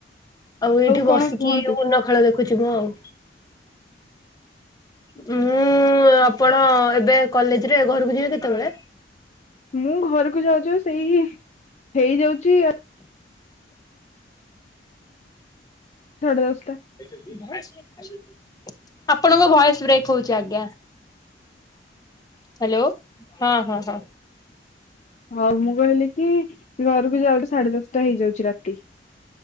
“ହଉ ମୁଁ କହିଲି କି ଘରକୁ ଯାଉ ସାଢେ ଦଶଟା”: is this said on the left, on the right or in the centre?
Left